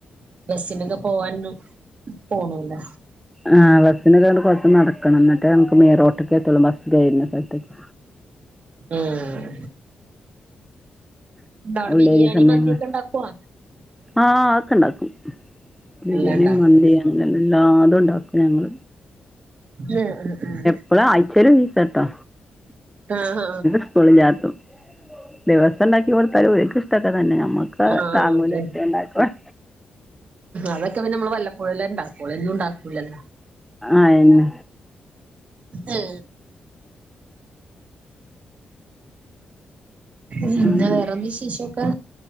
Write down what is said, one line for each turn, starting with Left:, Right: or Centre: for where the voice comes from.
Right: ബസിനൊക്കെ പോവാൻ പോണോ ലേ.
Centre: ആഹ് ബസിന് ഒരു അങ്ങട് കൊറച്ച് നടക്കണം എന്നിട്ട് നമക്ക് മെയിൻറോട്ടൊക്കെ എത്തുള്ളൂ ബസ് കയറുന്ന സ്ഥലത്ത്ക്ക്.
Right: ഉം എന്താ അവിടെ
Centre: ഉള്ളേരിയ
Right: ബിരിയാണി
Centre: സമയങ്ങൾ
Right: മന്തിക്കെ ഉണ്ടാക്ക്വ.
Centre: ആഹ് അതൊക്കെ ഉണ്ടാക്കും ബിരിയാണി
Right: എല്ലാം ഉണ്ടാക്കും
Centre: മന്തി അങ്ങനെ എല്ലാതും ഉണ്ടാക്കും ഞങ്ങൾ.
Right: ഏഹ് ആഹ് ആഹ്.
Centre: ഇപ്പളും ആഴ്ച്ചേല് ഇണ്ട് ട്ടോ.
Right: ആഹ് ആഹ് ആഹ്
Centre: സ്കൂളില്ലാത്തും ദിവസം ഉണ്ടാക്കി കൊടുത്താലും ഓല്ക്ക് ഇഷ്ടൊക്കെ തന്നെ നമ്മക്ക്.
Right: ആഹ്
Centre: താങ്ങൂല
Right: അതെ.
Centre: എപ്പഴും ഉണ്ടാക്കാൻ
Right: അതൊക്കെ പിന്നെ നമ്മള് വല്ലപ്പോഴും അല്ലെ ഇണ്ടാക്കളു എന്നും ഉണ്ടാക്കൂലല്ലോ.
Centre: അയന്നെ
Right: ഏഹ്. പിന്നെ
Centre: അങ്ങനെ
Right: വേറെന്ത് വിശേഷം ഒക്കെ.